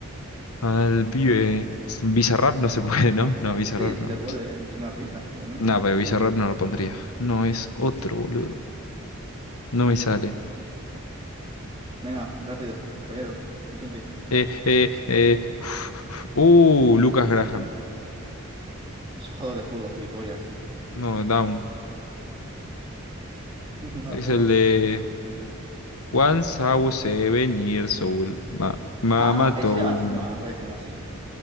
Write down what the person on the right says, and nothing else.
Sí, sí
se puede, es un artista, igualmente.
Venga, rápido, compañero. Confente.
Es un jugador de fútbol, gilipollas.
<laughs> Una
polla
que.
Ah,
ese se llama así.
No, la polla se llama así.